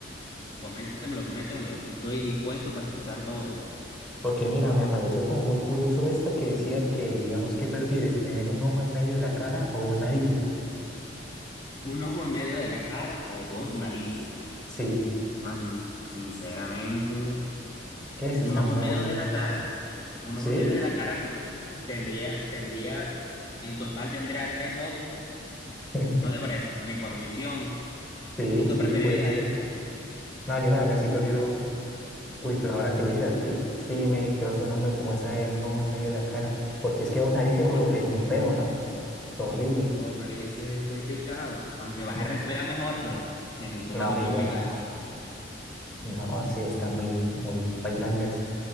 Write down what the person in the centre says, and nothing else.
Porque mira, me pareció como muy curioso esta que decía que, digamos, ¿qué prefieres? ¿Tener un ojo en medio de la cara o dos narices?
Sí,
que eso
está
muy...
¿Sí?
<laughs>
Sí,
sí,
puede ser.
No, yo la verdad sí prefiero Uy, pues ahora que lo hice así, sí me quedó sonando como esa de un ojo en medio de la cara. Porque es que una narices
es, es muy feo,
¿no? Fue Horrible.
Uf,
no, igual.
No, sí, está muy, muy pailangas.